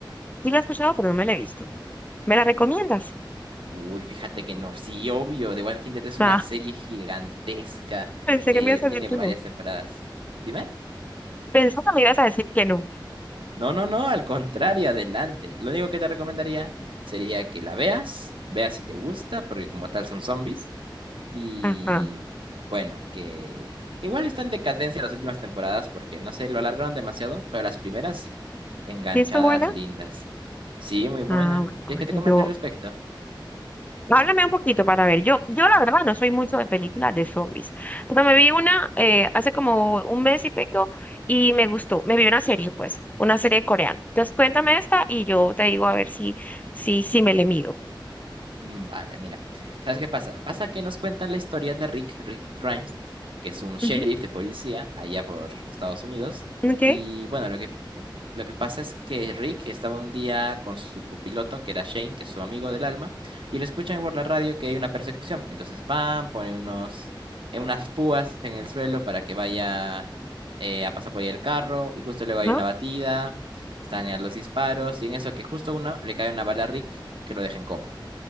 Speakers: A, on the left; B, on the right.
A: Sí la he escuchado, pero no me la he visto. ¿Me la recomiendas?
B: Uy, fíjate que no, sí, obvio, The Walking Dead es
A: Ah,
B: una serie
A: <laughs>
B: gigantesca,
A: pensé
B: eh,
A: que me ibas a
B: tiene
A: decir que
B: varias
A: no.
B: temporadas. Dime.
A: Pensé que me ibas a decir que no.
B: No, no, no, al contrario, adelante. Lo único que te recomendaría sería que la veas, veas si te gusta, porque como tal son zombies. Y
A: Ajá.
B: bueno, que igual está en decadencia las últimas temporadas, porque no sé, lo alargaron demasiado, pero las primeras sí. Enganchadas,
A: ¿Y esto buena?
B: lindas. Sí, muy buena.
A: Ah, bueno,
B: ¿Quieres
A: bueno,
B: que te comente
A: yo.
B: al respecto?
A: Háblame un poquito para ver. Yo, yo la verdad no soy mucho de películas de zombies, pero me vi una eh, hace como un mes y pico y me gustó. Me vi una serie, pues, una serie coreana. Entonces cuéntame esta y yo te digo a ver si, si, si me le mido.
B: Mm, Vale, mira. ¿Sabes qué pasa? Pasa que nos cuentan la historia de Rick, Rick Grimes, que es un sheriff
A: Ujú.
B: de policía allá por Estados Unidos.
A: Okay.
B: Y bueno, lo que, eh, lo que pasa es que Rick estaba un día con su copiloto, que era Shane, que es su amigo del alma, y le escuchan por la radio que hay una persecución. Entonces van, ponen unos, eh, unas púas en el suelo para que vaya eh, a pasar por ahí el carro, y justo luego hay
A: Ajá.
B: una batida, están eh, los disparos, y en eso que justo uno le cae una bala a Rick que lo deja en coma.